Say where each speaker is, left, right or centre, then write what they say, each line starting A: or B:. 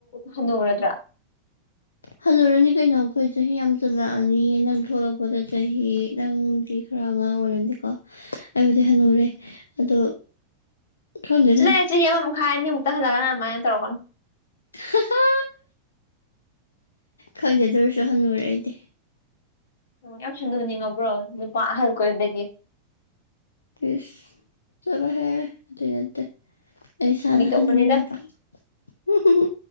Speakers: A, on the left; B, on the left.
A: ꯍꯟꯅꯨꯔꯗ꯭ꯔ
B: ꯍꯜꯂꯨꯔꯅꯤ ꯀꯩꯅꯣ ꯈꯣꯏ ꯆꯍꯤ ꯌꯥꯝ ꯖꯜꯂꯛꯑꯅꯤꯌꯦ ꯅꯪ ꯊꯣꯛꯂꯛꯄꯗ ꯆꯍꯤ ꯅꯪꯗꯤ ꯈꯔ ꯑꯉꯥꯡ ꯑꯣꯏꯔꯝꯅꯤꯀꯣ ꯑꯩꯕꯨꯗꯤ ꯍꯟꯅꯨꯔꯦ ꯑꯗꯣ ꯈꯪꯗꯦꯗ
A: ꯆꯠꯂꯍꯦ ꯆꯍꯤ ꯑꯃꯃꯨꯛ ꯈꯥꯏ ꯑꯅꯤꯃꯨꯛꯇ ꯍꯜꯂꯒꯅ ꯑꯗꯨꯃꯥꯏꯅ ꯇꯧꯔꯛꯀꯅꯨ
B: ꯍꯥ ꯍꯥ ꯈꯪꯗꯦ ꯑꯗꯨ ꯑꯣꯏꯔꯁꯨ ꯍꯅꯨꯔꯦ ꯑꯩꯗꯤ
A: ꯎꯝ ꯌꯥꯝ ꯊꯨꯅ ꯎꯅꯤꯡꯉꯕ꯭ꯔꯣ ꯅꯨꯄꯥ ꯑꯍꯟ ꯀꯣꯏꯕꯗꯒꯤ
B: ꯏꯁ ꯆꯠꯂꯣꯍꯦ ꯑꯗꯨꯏ ꯅꯠꯇꯦ ꯑꯩ ꯏꯁꯥꯅ
A: ꯐꯥꯒꯤ ꯇꯧꯕꯅꯤꯗ
B: ꯍꯅꯨꯔꯦ ꯍꯥꯏꯕ ꯎꯝ ꯍꯨꯝ